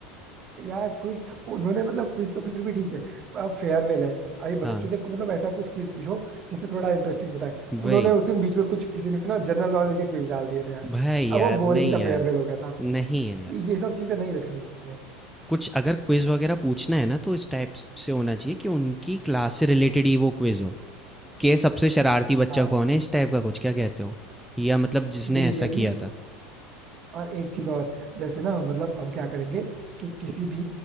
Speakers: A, on the right (about 35°); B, in the centre.
A: यार क्विज उन्होंने मतलब क्विज तो फिर भी ठीक है अब फेयरवेल है अभी
B: हाँ
A: बच्चों से मतलब ऐसा कुछ क्विज पूछो जिससे थोड़ा इंटरेस्टिंग बताए उन्होंने
B: वही
A: उसमें बीच में कुछ किसी ने ना जनरल नॉलेज के क्विज डाल दिए थे यार
B: भाई यार
A: अब वो बोरिंग
B: नहीं
A: सा
B: यार
A: फेयरवेल हो गया था
B: नहीं यार
A: ये ये सब चीजें नहीं रखनी है
B: कुछ अगर क्विज वगैरह पूछना है ना तो इस टाइप से होना चाहिए कि उनकी क्लास से रिलेटेड ही वो क्विज हो के सबसे शरारती बच्चा
A: हाँ
B: कौन है इस टाइप का कुछ क्या कहते हो या मतलब जिसने
A: ये
B: ऐसा
A: ये भी
B: किया था
A: और एक चीज और जैसे ना मतलब हम क्या करेंगे कि किसी भी